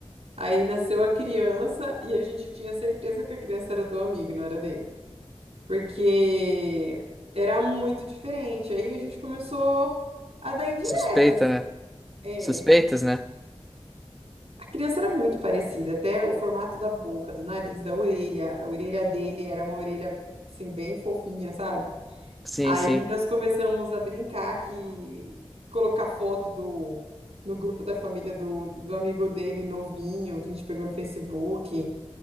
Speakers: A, on the right; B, in the centre.
A: Aí nasceu a criança e a gente tinha certeza que a criança era do amigo, não era dele. Porque era muito diferente. Aí a gente começou a dar indiretas.
B: Suspeita, né?
A: É,
B: Suspeitas,
A: tipo,
B: né?
A: a criança era muito parecida, até o formato da boca, do nariz, da orelha. A orelha dele era uma orelha, assim, bem fofinha, sabe?
B: Sim,
A: Aí
B: sim.
A: nós começamos a brincar que colocar foto do no grupo da família do, do amigo dele novinho, que a gente pegou no Facebook.